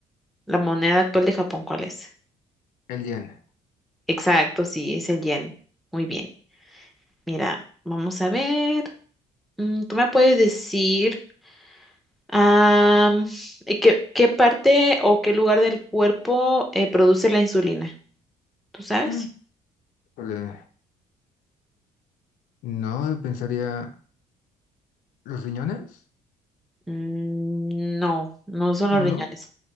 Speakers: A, in the centre; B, on the left.
A: La moneda actual de Japón, ¿cuál es?
B: el yen.
A: Exacto, sí, es el yen. Muy bien. Mira, vamos a ver. Mm, ¿Tú me puedes decir am, eh, qué, qué parte o qué lugar del cuerpo eh, produce la insulina? ¿Tú sabes?
B: Mm. Híjole, No, pensaría... ¿Los riñones?
A: Mm, no, no son
B: No,
A: los riñones.